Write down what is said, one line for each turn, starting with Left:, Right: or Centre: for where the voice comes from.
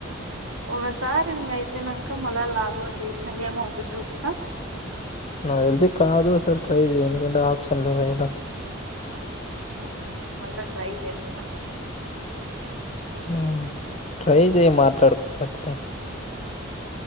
Right: ఒకసారి ఇంగా అయిపోయినాక మళ్ళీ లాగౌట్ చేసినాక ఏమో ఉండు చూస్తా
Left: నాకు తెల్సి కాదు ఒకసారి ట్రై చేయి ఎందుకంటే ఆప్షన్ లేదు కదా
Right: ఆహ్ మళ్ళా ట్రై చేస్తాండి
Left: ఉహ్ ట్రై చేయి మాట్లాడుకుంట అట్లే